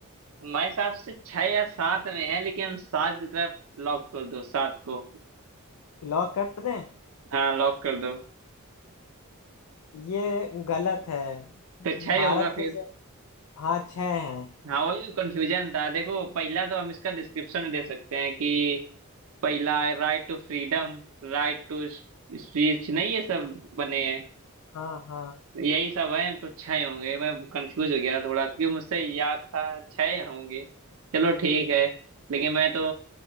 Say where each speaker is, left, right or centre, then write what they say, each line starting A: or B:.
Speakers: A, on the right (about 65°); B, on the left (about 90°).
A: मेरे हिसाब से छह या सात में है लेकिन हम सात की तरफ लॉक कर दो सात को
B: लॉक कर दें
A: हाँ लॉक कर दो
B: ये गलत है
A: तो छह
B: भारत
A: होगा
B: के
A: फिर
B: सर हाँ छः हैं
A: हाँ वही कंफ्यूजन था देखो पहला तो हम इसका डिस्क्रिप्शन दे सकते हैं कि पहला right to freedom right to speech नहीं ये सब बने हैं
B: हाँ हाँ
A: यही सब हैं तो छह होंगे मैं कंफ्यूज हो गया था थोड़ा क्योंकि मुझसे याद था छह होंगे चलो ठीक है लेकिन मैं तो